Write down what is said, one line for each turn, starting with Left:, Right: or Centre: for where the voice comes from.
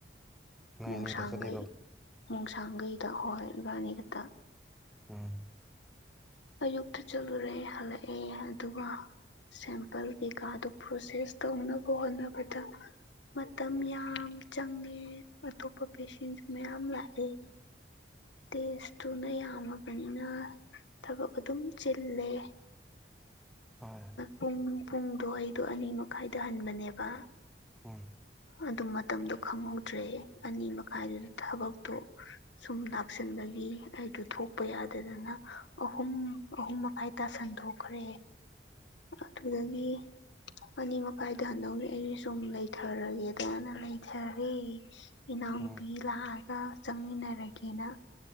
Centre: ꯅꯣꯏ
Left: ꯃꯣꯡꯁꯥꯡꯒꯩ
Centre: ꯑꯅꯤ ꯈꯛꯇ ꯆꯠꯂꯤꯔꯣ
Left: ꯅꯨꯡꯁꯥꯡꯈꯩꯗ ꯍꯣꯏ ꯏꯕꯥꯅꯤ ꯈꯛꯇ
Centre: ꯎꯝ
Left: ꯑꯌꯨꯛꯇ ꯆꯠꯂꯨꯔꯦ ꯍꯜꯂꯛꯑꯦ ꯑꯗꯨꯒ ꯁꯦꯝꯄꯜ ꯀꯩꯀꯥꯗꯨ ꯄ꯭ꯔꯣꯁꯦꯁ ꯇꯧꯅꯕ ꯍꯣꯠꯅꯕꯗ ꯃꯇꯝ ꯌꯥꯝ ꯆꯪꯉꯦ ꯑꯇꯣꯞꯄ ꯄꯦꯁꯦꯟꯁꯨ ꯃꯌꯥꯝ ꯂꯥꯛꯑꯦ ꯇꯦꯠꯏꯇꯨꯅ ꯌꯝꯃꯕꯅꯤꯅ ꯊꯕꯛ ꯑꯗꯨꯝ ꯆꯤꯜꯂꯦ
Centre: ꯍꯣꯏ
Left: ꯄꯨꯡ-ꯄꯨꯡꯗꯣ ꯑꯩꯗꯣ ꯑꯅꯤ ꯃꯈꯥꯏꯗ ꯍꯟꯕꯅꯦꯕ
Centre: ꯎꯝ
Left: ꯑꯗꯨꯝ ꯃꯇꯝꯗꯣ ꯈꯪꯍꯧꯗ꯭ꯔꯦ ꯑꯅꯤ ꯃꯈꯥꯏꯗꯨꯗ ꯊꯕꯛꯇꯣ ꯁꯨꯝ ꯂ ꯁꯤꯟꯕꯒꯤ ꯑꯩꯗꯨ ꯊꯣꯛꯄ ꯌꯥꯗꯗꯅ ꯑꯍꯨꯝ-ꯑꯍꯨꯝ ꯃꯈꯥꯏ ꯇꯥꯁꯟꯗꯣꯛꯈ꯭ꯔꯦ ꯑꯗꯨꯗꯒꯤ ꯑꯅꯤ ꯃꯈꯥꯏꯗ ꯍꯟꯗꯧꯅꯤ ꯑꯩꯩꯅ ꯁꯨꯝ ꯂꯩꯊꯔꯒꯦꯗꯅ ꯂꯩꯊꯔꯦ ꯏꯅꯥꯎꯅꯨꯄꯤ
Centre: ꯎꯝ
Left: ꯂꯥꯛꯑꯒ ꯆꯪꯃꯤꯟꯅꯔꯒꯦꯅ